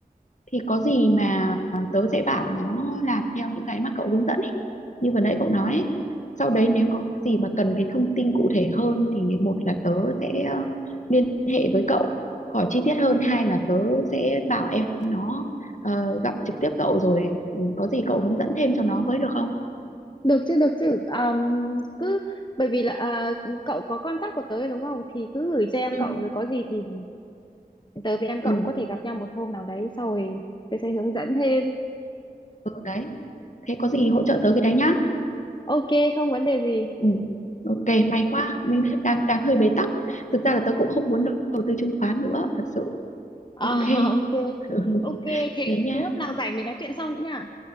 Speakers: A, on the left; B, on the left.
A: thì có gì mà tớ sẽ bảo nó làm theo những cái mà cậu hướng dẫn ấy như vừa nãy cậu nói ấy. sau đấy nếu có gì mà cần cái thông tin cụ thể hơn thì một là tớ sẽ ờ, liên hệ với cậu hỏi chi tiết hơn hai là tớ sẽ bảo em nó ờ, gặp trực tiếp cậu rồi ừ, có gì cậu hướng dẫn thêm cho nó với được không
B: Được chứ, được chứ. Ờm, cứ bởi vì là à, cậu có contact của tớ rồi đúng không? Thì cứ gửi cho em
A: Ừ.
B: cậu rồi có gì thì tớ với em cậu
A: ừ
B: cũng có thể gặp nhau một hôm nào đấy sau rồi tớ sẽ hướng dẫn thêm.
A: Ừ đấy, thế có gì hỗ trợ tớ cái đấy nhá.
B: Ok, không vấn đề gì.
A: Ừ. Ok, may quá, mình <laughs> đang đang đang hơi bế tắc. Thực ra là tớ cũng không muốn đầu đầu tư chứng khoán nữa, thật sự.
B: À,
A: Ok.
B: <laughs> ok.
A: <laughs>
B: Ok, thế
A: Thế nha.
B: thế hôm nào rảnh mình nói chuyện sau nữa nha.